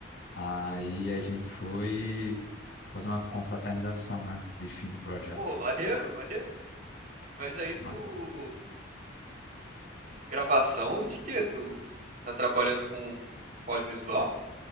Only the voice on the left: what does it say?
Aí a gente foi fazer uma confraternização, né? De fim de projeto.
Mas,